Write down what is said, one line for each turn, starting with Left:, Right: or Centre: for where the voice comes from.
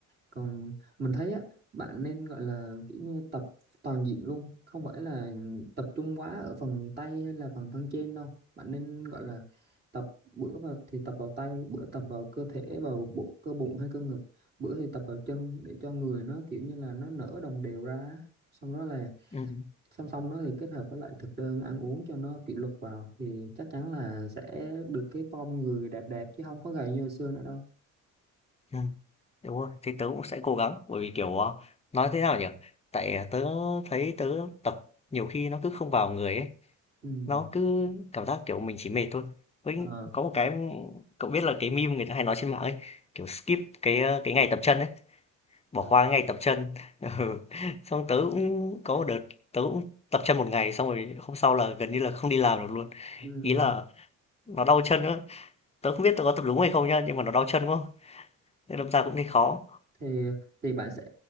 Right: còn mình thấy á bạn nên gọi là kiểu như tập toàn diện luôn không phải là tập trung quá ở phần tay hay là phần thân trên đâu bạn nên gọi là tập bữa vào thì tập vào tay bữa tập vào cơ thể vào bộ cơ bụng hay cơ ngực bữa thì tập vào chân để cho người nó kiểu như là nó nở đồng đều ra xong đó là
Left: Ừm, ừm,
Right: song song nó thì kết hợp với lại thực đơn ăn uống cho nó kỷ luật vào thì chắc chắn là sẽ được cái form người đẹp đẹp chứ không có gầy như hồi xưa nữa đâu
Left: ừm, đúng rồi, thế tớ cũng sẽ cố gắng, bởi vì, kiểu, ờ, nói thế nào nhỉ? Tại, à, tớ thấy tớ tập nhiều khi nó cứ không vào người ấy,
Right: ừ
Left: nó cứ cảm giác kiểu mình chỉ mệt thôi với
Right: Ờ.
Left: có một cái cậu biết là cái meme người ta hay nói trên mạng ấy kiểu skip cái ờ, cái ngày tập chân ấy bỏ
Right: À.
Left: qua cái ngày tập chân <laughs> ừ. xong tớ cũng có một đợt tớ cũng tập chân một ngày xong rồi hôm sau là gần như là không đi làm được luôn
Right: Ừ.
Left: ý là nó đau chân nữa tớ không biết tớ có tập đúng hay không nhá nhưng mà nó đau chân quá nên đâm ra cũng thấy khó
Right: thì thì bạn sẽ